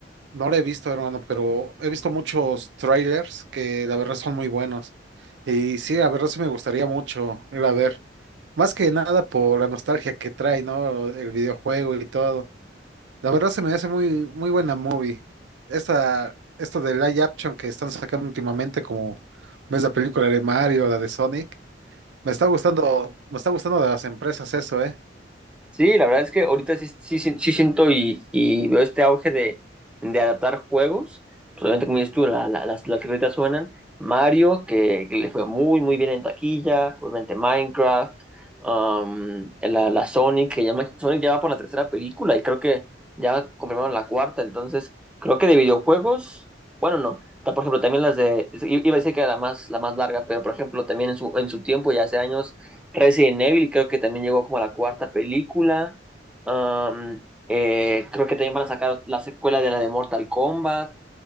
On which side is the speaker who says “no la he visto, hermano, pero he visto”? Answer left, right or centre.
Right